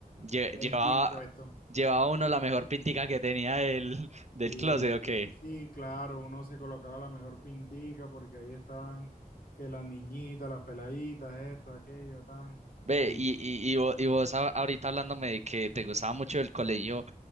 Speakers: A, on the right (about 50°); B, on the left (about 70°).
A: Lle-
B: el
A: llevaba,
B: jean puesto.
A: llevaba uno la mejor pintica que tenía del, del
B: Sí,
A: closet, ¿o
B: cl-
A: qué?
B: sí, claro, uno se colocaba la mejor pintica porque ahí estaban que las niñitas, las peladitas, esto, aquello, tan.
A: Ve,
B: Sí,
A: y, y, y vo- y vos, a- ahorita hablándome de que te gustaba mucho el colegio,